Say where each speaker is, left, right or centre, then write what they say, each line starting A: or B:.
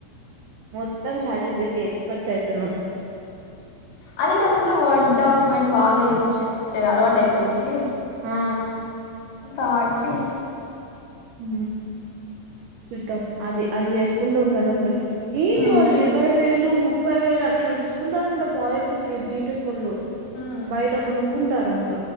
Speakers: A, on the right; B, on the left.
A: మొత్తం chat G P T experts అయిపోయినాం
B: అదే కాకుండా వర్డ్ డాక్యుమెంట్ బాగా యూస్ చేసిది అలవాటయిపోయింది
A: ఆ
B: కాట్టి
A: ఉ చూద్దం అది అది చేసుకుంట ఉండడం బెటర్ ఏంది
B: ఉమ్,
A: వాళ్ళు ఇరవై వేలు ముప్పై వేలు ఇలా తీసుకుంటారంట ప్రాజెట్టుకి బీ టెకొళ్ళు
B: ఉమ్,
A: బయట కొనుక్కుంటారంట